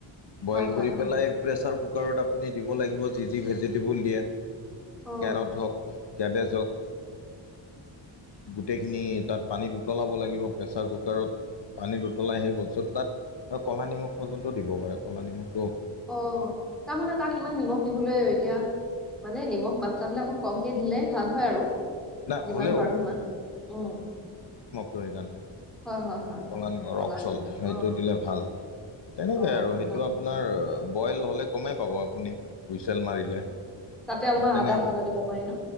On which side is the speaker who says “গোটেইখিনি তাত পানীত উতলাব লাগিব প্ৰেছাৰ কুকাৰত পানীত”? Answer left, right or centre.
Left